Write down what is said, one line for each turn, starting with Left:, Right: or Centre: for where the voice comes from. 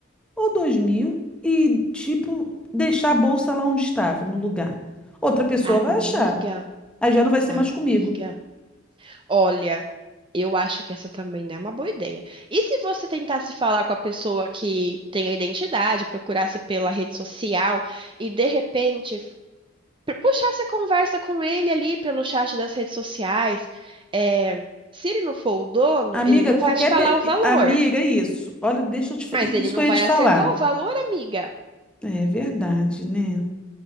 Centre: ou dois mil e, tipo, deixar a bolsa lá onde estava, no lugar? Outra pessoa
Right: Amiga,
Centre: vai achar. Aí já não vai ser
Right: amiga,
Centre: mais comigo.
Right: olha, eu acho que essa também não é uma boa ideia. E se você tentasse falar com a pessoa que tem a identidade, procurasse pela rede social e de repente pu- puxasse a conversa com ele ali pelo chat das redes sociais? É, se ele não for o dono,
Centre: Amiga,
Right: ele não
Centre: qualquer.
Right: vai te falar
Centre: pe-
Right: o valor,
Centre: Amiga, é isso. Olha, deixa eu te. fa-
Right: mas
Centre: Isso
Right: ele não
Centre: que eu ia
Right: vai
Centre: te falar.
Right: acertar o valor, amiga.
Centre: É verdade, né?